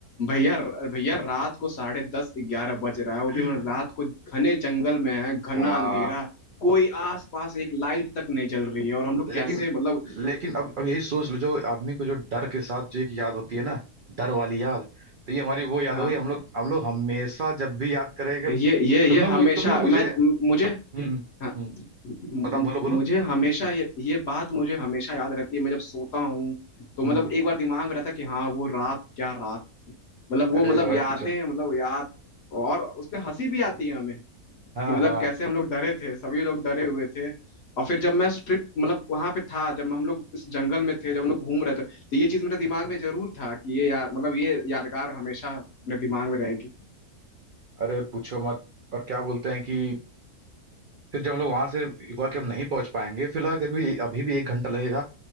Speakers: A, on the left (about 55°); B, on the right (about 80°).
A: भैया भैया रात को साढ़े दस ग्यारह बज रहा है वो
B: <laughs>
A: भी मतलब रात को घने जंगल में है घना
B: हाँ
A: अंधेरा कोई आस पास एक लाइट तक नहीं जल रही है और हम लोग
B: लेकिन
A: कैसे मतलब
B: लेकिन अब अब यही सोच लो जो आदमी को जो डर के साथ जो एक याद होती है ना डर वाली याद तो ये हमारी वो याद
A: हाँ
B: हो गई हम लोग हम लोग हमेशा जब भी याद करेंगे
A: ये ये ये
B: तुम लोग
A: हमेशा
B: मुझ- तुम लोग मुझे
A: मैं
B: हम्म
A: मुझे
B: हम्म
A: हाँ,
B: हम्म,
A: मु-
B: बताओ बोलो बोलो
A: मुझे हमेशा ये ये बात मुझे हमेशा याद रहती है मैं जब सोता हूँ तो मतलब
B: हम्म
A: एक बार दिमाग में रहता है कि हाँ वो रात क्या रात थी मतलब वो
B: अरे
A: मतलब
B: भाई
A: यादें
B: पूछो
A: मतलब याद और उसमें हंसी भी आती है
B: हाँ
A: कि मतलब
B: हाँ
A: कैसे हम लोग डरे थे सभी लोग डरे हुए थे और फिर जब मैं ट्रिप मतलब वहां पे था जब हम लोग इस जंगल में थे जब हम लोग घूम रहे थे तो ये चीज मेरे दिमाग में जरूर था कि ये या, मतलब ये यादगार हमेशा मेरे दिमाग में रहेगी
B: अरे पूछो मत और क्या बोलते हैं कि फिर जब हम लोग वहां से हुआ कि हम नहीं पहुंच पाएंगे फिर लगा कि अभी अभी भी एक घंटा लगेगा